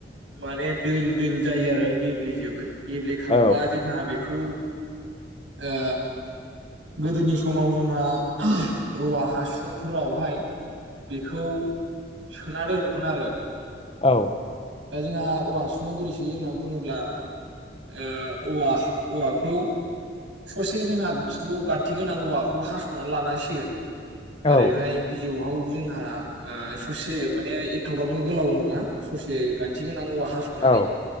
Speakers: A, on the right (about 85°); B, on the left (about 30°).
A: माने दोल दोल जायो आरो गेब्लेजोबो। गेब्लेखांब्ला
B: औ
A: जोंहा बेखौ ओ गोदोनि समाव जोंहा औवा हासुंफोरावहाय बेखौ सोना दोनोमोन आरो।
B: औ
A: दा जोंहा औवा हासुङाव बोरै सोयो होननानै बुङोब्ला ओ औवा हा औवाखौ ससे जोंहा खिथुआव गान्थि गोनां औवाखौ हास'नानै लानांसिगोन।
B: औ
A: ओरैहाय बिजौहाव जों हा ओ ससे माने एथबांबो गोलाव नङा ससे गान्थि गोनां औवा हासनानै
B: औ